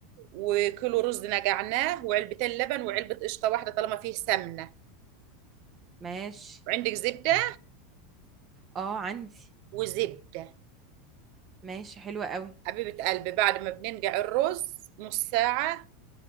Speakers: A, on the right; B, on the right.
A: وكيلو رز نقعناه وعلبتين لبن وعلبة قشطة واحدة طالما فيه سمنة
B: ماشي
A: وعندك زبدة
B: اه عندي
A: وزبدة
B: ماشي حلوة قوي
A: حبيبة قلبي بعد ما بننقع الرز نص ساعة